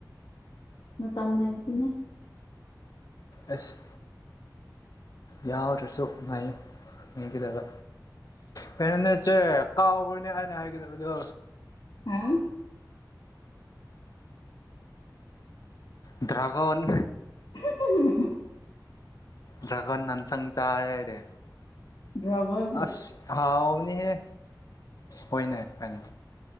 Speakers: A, on the left; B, on the left.
A: ꯃꯇꯝ ꯂꯩ ꯇ‌ꯦꯅꯦ
B: ꯑꯁ ꯌꯥꯎꯗ꯭ꯔꯁꯨ ꯉꯥꯏꯌꯨ ꯌꯦꯡꯒꯗꯕ ꯀꯩꯅꯣꯅꯦ ꯆꯦ ꯀꯥꯎꯒ꯭ꯔꯤꯅꯦ ꯑꯩꯅ ꯍꯥꯏꯒꯗꯕꯗꯣ
A: <unintelligible>
B: ꯗ꯭ꯔꯒꯣꯟ
A: <unintelligible>
B: ꯗ꯭ꯔꯒ‌ꯣꯟ ꯅꯥꯟꯁꯪ ꯆꯥꯔꯦ ꯑꯩꯗꯤ
A: ꯗ꯭ꯔꯒꯣꯟ
B: ꯑꯁ ꯑꯍꯥꯎ ꯕꯅꯤꯍꯦ ꯍꯣꯏꯅꯦ ꯐꯩꯅꯦ